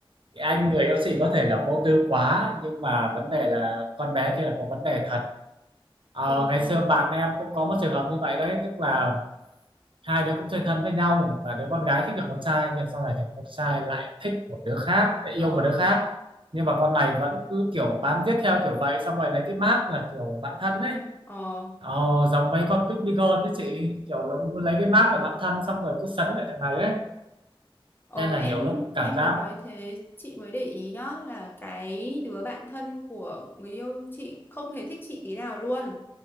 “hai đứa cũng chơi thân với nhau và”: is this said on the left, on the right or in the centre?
Right